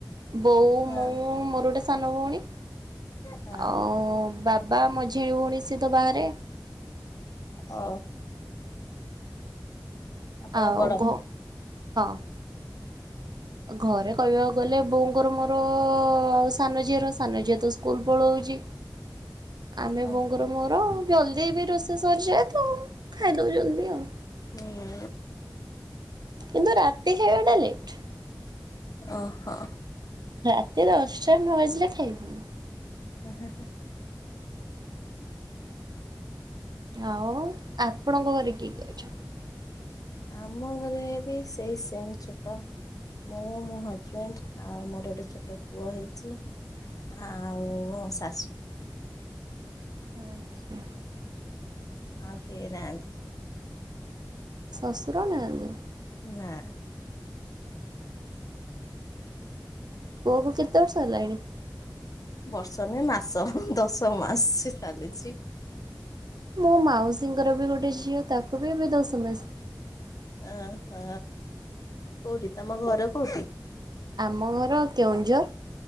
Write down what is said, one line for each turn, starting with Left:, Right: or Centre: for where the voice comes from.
Right: ବୋଉ,
Left: ହଁ।
Right: ମୁଁ ମୋର ଗୋଟେ ସାନ ଭଉଣୀ
Left: ହଁ
Right: ଆଉ ବା ପା, ମଝିଆ ଭଉଣୀ ସିଏ ତ ବାହାରେ।
Left: ଓ। ଆପଣ
Right: ଆଉ
Left: ବଡ
Right: ଘ ହଁ। ଘରେ କହିବାକ୍ ଗଲେ ବୋଉଙ୍କର ମୋର ଆଉ ସାନ ଝିଅର ସାନ ଝିଅ ତ ସ୍କୁଲ ପଳଉଚି। ଆମେ
Left: ଓହୋ
Right: ବୋଉଙ୍କର ମୋର ଜଲ୍ଦି ବି ରୋଷେଇ ସରିଯାଏ ତ ଖାଇଦଉ ଜଲ୍ଦି ଆଉ।
Left: ଉଁ।
Right: କିନ୍ତୁ ରାତି ଖାଇବାଟା ଲେଟ୍।
Left: ଓହୋ।
Right: ରାତି ଦଶଟା ନ ବାଜିଲେ ଖାଇବୁନୁ।
Left: ଉଁ ହୁଁ ହୁଁ।
Right: ଆଉ ଆପଣଙ୍କ ଘରେ କିଏ କିଏ ଅଛନ୍ତି?
Left: ଆମ ଘରେ ବି ସେଇ ସେମ୍ ଛୋଟ। ମୁଁ ମୋ ହଜବେଣ୍ଡ, ଆଉ ମୋର ଗୋଟେ ଛୋଟ ପୁଅ ହେଇଚି। ଆଉ ଶାଶୁ।
Right: ଆଚ୍ଛା।
Left: ଆଉ କେଇନାହାନ୍ତି।
Right: ଶଶୁର ନାହାନ୍ତି?
Left: ନା।
Right: ପୁଅକୁ କେତେ ବର୍ଷ ହେଲାଣି?
Left: ବର୍ଷ ନୁହେଁ ମାସ ଦଶ ମାସ ଚାଲିଚି।
Right: ମୋ ମାଉସୀଙ୍କର ବି ଗୋଟେ ଝିଅ ତାକୁ ବି ଏବେ ଦଶ ମାସ।
Left: ଆ ହ କୋଉଠି ତମ ଘର କୋଉଠି?
Right: ଆମ ଘର କେଉଁଝର।